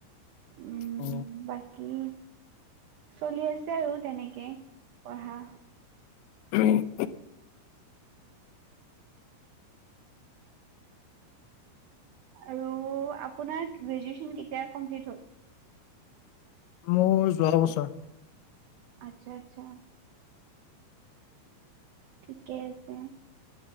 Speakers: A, on the right (about 85°); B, on the left (about 80°).
A: উম'
B: অ
A: বাকি চলি আছে আৰু তেনেকে, পঢ়া।
B: <unintelligible>
A: আৰু আপোনাৰ গ্ৰেজুৱেচন কেতিয়া কমপ্লিট হ'ল?
B: মোৰ যোৱাবছৰ।
A: আচ্ছা আচ্ছা। ঠিকে আছে,